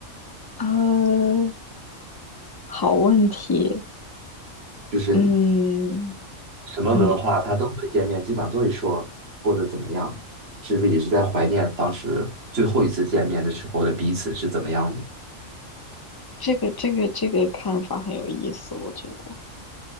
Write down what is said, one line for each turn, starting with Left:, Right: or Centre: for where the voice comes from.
Left: 呃，好问题。
Right: 就是
Left: 嗯
Right: 什么文化他都会见面，
Left: 嗯，
Right: 基本上都会说过得怎么样，是不是也是在怀念当时最后一次见面的时候的彼此是怎么样的？
Left: 这个这个这个看法很有意思，我觉得